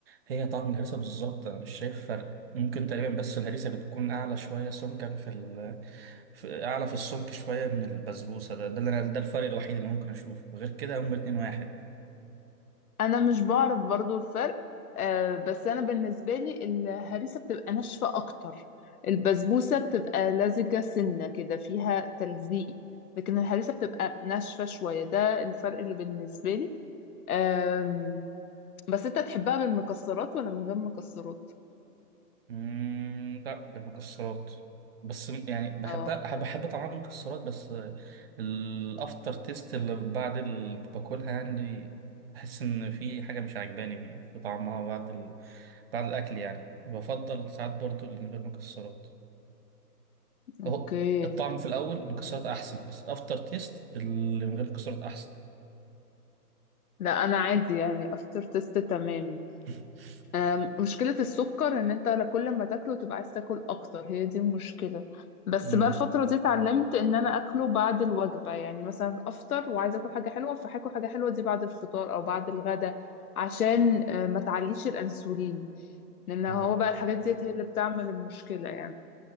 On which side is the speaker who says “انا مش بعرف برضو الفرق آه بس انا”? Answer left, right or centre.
Left